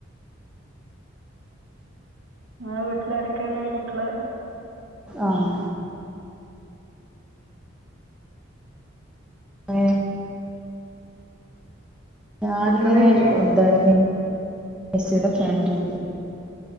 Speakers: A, on the right; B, in the centre.
A: ഉം ആ വീട്ടില ആരൊക്കെയല്ലേ ഈ കുട്ടികള്
B: ആഹ് ഏ ഞാനിങ്ങനെ
A: കുട്ടികളില്ലേ
B: എന്താണ് ഫാ യ <unintelligible>